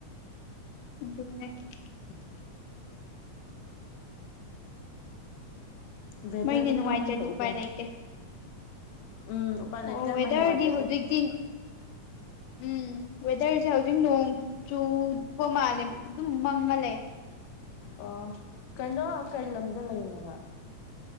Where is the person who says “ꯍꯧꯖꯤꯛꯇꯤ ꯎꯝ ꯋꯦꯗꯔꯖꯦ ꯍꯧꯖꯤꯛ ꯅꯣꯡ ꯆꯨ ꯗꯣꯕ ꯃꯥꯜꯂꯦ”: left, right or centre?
Left